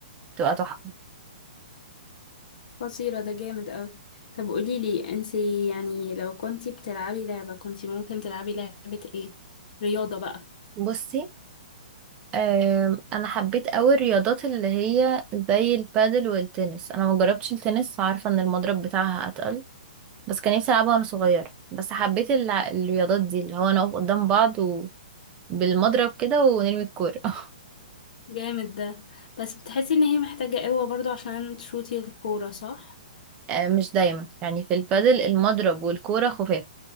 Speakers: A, on the right; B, on the left.
A: تبقى تحفة
B: قصيرة ده جامد قوي طب قوليلي انتي يعني لو كنتي بتلعبي لعبة كنتي ممكن تلعبي لعبة ايه رياضة بقى
A: بصي آم، انا حبيت قوي الرياضات اللي هي زي البادل والتنس انا ما جربتش التنس عارفه ان المضرب بتاعها اتقل بس كان نفسي العبها وانا صغيره بس حبيت الع- الرياضات دي اللي هو نقف قدام بعض وبالمضرب كده ونرمي الكوره <laughs>
B: جامد ده بس بتحسي ان هي محتاجة قوة برضو عشان تشوتي الكورة صح
A: آه، مش دايما يعني في البادل المضرب والكوره خفاف